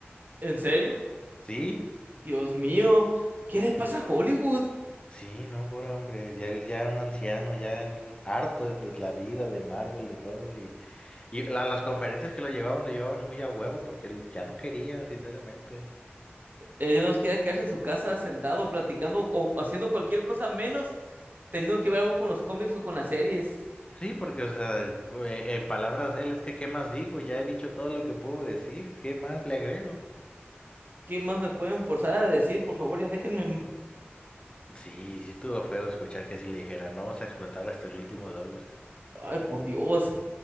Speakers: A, on the right; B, on the left.
A: ¿En serio?
B: Sí,
A: Dios mío, ¿qué le pasa a Hollywood?
B: sí, no, pobre hombre, ya, él- ya un anciano, ya él harto de, de la vida, de Marvel, de todo. Y, y la- las conferencias que lo llevaban, lo llevaban muy a huevo porque él ya no quería, sinceramente.
A: Ella nos queda quedarse en su casa sentado, platicando o haciendo cualquier cosa menos teniendo que ver algo con los cómics o con las series.
B: Sí, porque, o sea, eh, en palabras de él, es que, ¿qué más digo? Ya he dicho todo lo que puedo decir, ¿qué más le agrego?
A: ¿Qué más me pueden forzar a decir? Por favor, ya déjenme en...
B: Sí, sí estuvo feo escuchar que así le dijeran, vamos a explotar hasta el último dólar.
A: Ay, por Dios,